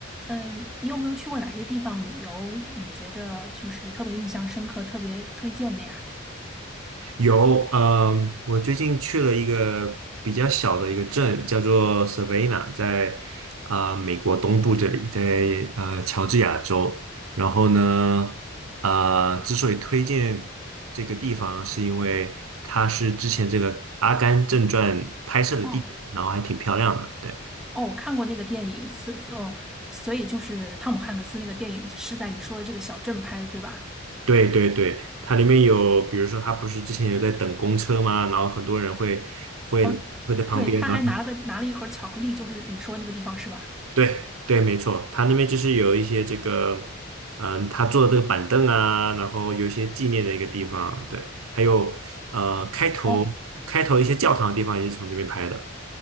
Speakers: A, in the centre; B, on the right (about 80°).
A: 嗯，你有没有去过哪些地方旅游？你觉得就是特别印象深刻、特别推荐的呀？
B: 有，嗯，我最近去了一个比较小的一个镇，叫做 Savannah，在啊、美国东部这里，在呃乔治亚州。然后呢，啊、之所以推荐这个地方，是因为它是之前这个《阿甘正传》拍摄的地点，
A: 哦
B: 然后还挺漂亮的。对，
A: 哦，我看过那个电影，所哦，所以就是汤姆汉克斯那个电影是在你说的这个小镇拍的，对吧？
B: 对对对，它里面有，比如说，它不是之前有在等公车吗？然后很多人会会会在旁边，
A: 哦，对，他还拿了个拿了一盒巧克力，
B: 然后。
A: 就是你说那个地方是吧？
B: 对对，没错，他那边就是有一些这个，嗯，他坐的这个板凳啊，然后有一些纪念的一个地方，对，还有呃，开头开头一些教堂的地方也是从这边拍的。
A: 哦